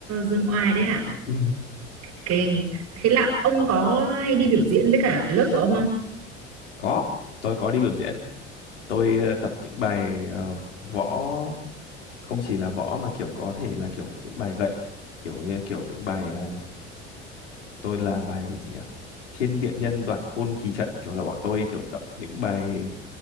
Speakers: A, on the right; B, on the left.
A: Dương Oai đấy hả?
B: <laughs> ừ.
A: Kinh. Thế là ông có hay đi biểu diễn với cả cái lớp của ông không?
B: có tôi có đi biểu diễn tôi ờ, tập những bài ờ, võ không chỉ là võ mà kiểu có thể là kiểu những bài gậy kiểu như kiểu những bài ờ, tôi là bài gì nhỉ thiên địa nhân đoạn côn kỳ trận kiểu là bọn tôi kiểu tập những bài